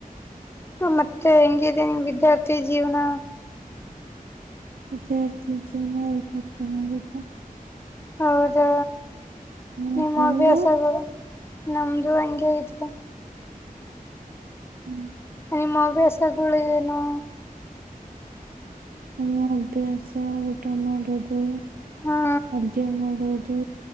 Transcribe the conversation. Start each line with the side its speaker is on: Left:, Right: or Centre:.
Left: ಮತ್ತೆ ಹೆಂಗಿದೆ ನಿಮ್ಮ ವಿದ್ಯಾರ್ಥಿ ಜೀವನ
Right: ವಿದ್ಯಾರ್ಥಿ ಜೀವನ ಎಲ್ಲಾ ಚೆನ್ನಗ ಐತೆ.
Left: ಹೌದಾ
Right: ಹ್ಮ್
Left: ನಿಮ್ಮ
Right: ನಿಮ್ದು
Left: ಹವ್ಯಾಸಗಳು ನಮ್ದು ಹಂಗೆ ಇದೆ.
Right: ಹ್ಮ.
Left: ನಿಮ್ಮ ಹವ್ಯಾಸಗಳು ಏನು.
Right: ನ ಅಭ್ಯಾಸ ಊಟ ಮಾಡೋದು
Left: ಹಾ
Right: ಅಡ್ಗೆ ಮಾಡೋ ಕೆ